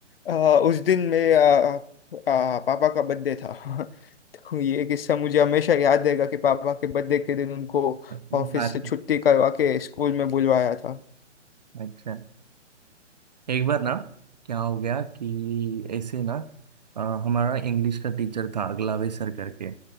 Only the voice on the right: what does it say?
मार
अच्छा एक बार ना क्या हो गया कि ऐसे ना अ, हमारा इंग्लिश का टीचर था अगलावे सर करके